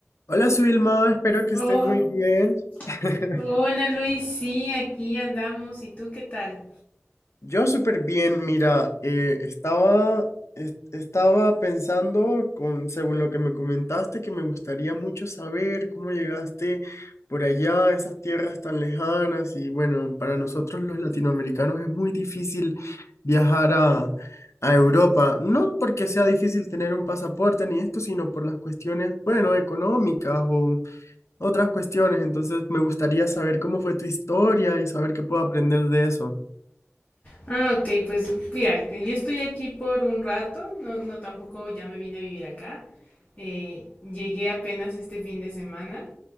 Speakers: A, on the left (about 70°); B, on the left (about 35°).
A: Hola, Suilma, espero que
B: Oh,
A: estés muy bien. <laughs>
B: hola Luis, sí, aquí andamos. ¿Y tú qué tal?
A: Yo súper bien, mira, eh, estaba, es- estaba pensando, con, según lo que me comentaste, que me gustaría mucho saber cómo llegaste por allá a esas tierras tan lejanas y bueno, para nosotros los latinoamericanos es muy difícil viajar a, a Europa, no porque sea difícil tener un pasaporte ni esto, sino por las cuestiones, bueno, económicas otras cuestiones, entonces me gustaría saber cómo fue tu historia y saber qué puedo aprender de eso.
B: Ah, ok, pues mira, que yo estoy aquí por un rato, no, no tampoco ya me vine a vivir acá. Eh, llegué apenas este fin de semana